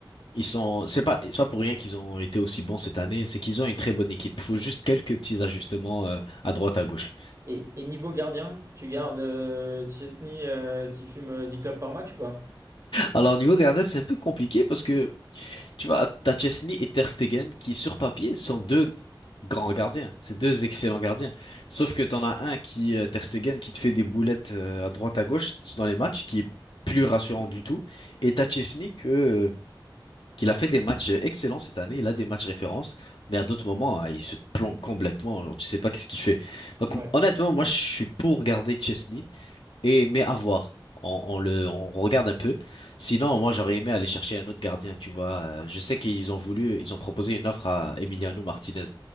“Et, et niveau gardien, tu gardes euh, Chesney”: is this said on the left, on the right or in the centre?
Right